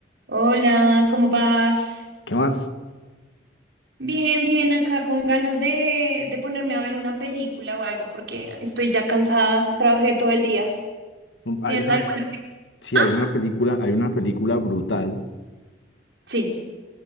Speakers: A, on the right; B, on the left.
A: Hola, ¿cómo vas?
B: ¿Qué más?
A: Bien, bien, acá con ganas de, de ponerme a ver una película o algo porque estoy ya cansada, trabajé todo el día.
B: Um, Hay
A: ¿Tienes
B: una,
A: alguna? pe-
B: sí,
A: Ah,
B: hay una película, hay una película brutal
A: sí,